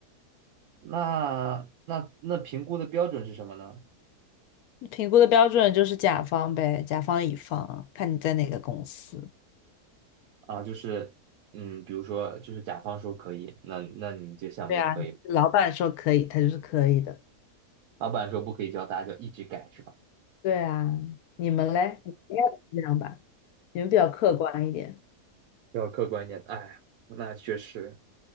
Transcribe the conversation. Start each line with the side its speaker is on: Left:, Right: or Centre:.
Right: 那那那评估的标准是什么呢？
Left: 评估的标准就是甲方呗，甲方乙方，看你在哪个公司。
Right: 啊，就是嗯，比如说就是甲方说可以，那那你们这项目就可以了。
Left: 对呀，老板说可以，他就是可以的。
Right: 老板说不可以交，大家就一直改，是吧？
Left: 对啊，你们嘞，你们应该不是这样吧？你们比较客观一点。
Right: 要客观一点，哎，那确实。